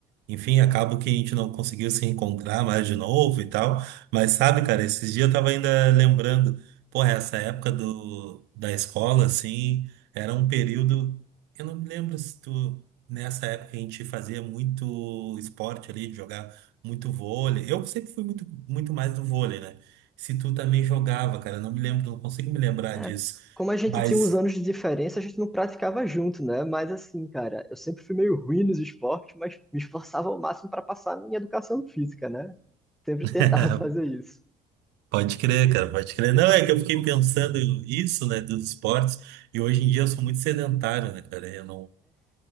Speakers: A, on the right; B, in the centre.
A: Enfim, acabo que a gente não conseguiu se encontrar mais de novo e tal. Mas sabe, cara, esses dias eu tava ainda lembrando, porra, essa época do, da escola, assim, era um período. Eu não me lembro se tu. Nessa época a gente fazia muito esporte ali, jogar muito vôlei. Eu sempre fui muito, muito mais do vôlei, né? Se tu também jogava, cara, eu não me lembro, não consigo me lembrar
B: É,
A: disso.
B: como a gente
A: Mas.
B: tinha uns anos de diferença, a gente não praticava junto, né? Mas assim, cara, eu sempre fui meio ruim nos esportes, mas me esforçava ao máximo pra passar a minha educação física, né? Sempre
A: <laughs>
B: tentava <laughs> fazer isso.
A: Pode crer, cara, pode crer. Não, é que eu fiquei pensando isso, né, dos esportes, e hoje em dia eu sou muito sedentário, né, cara? Eu não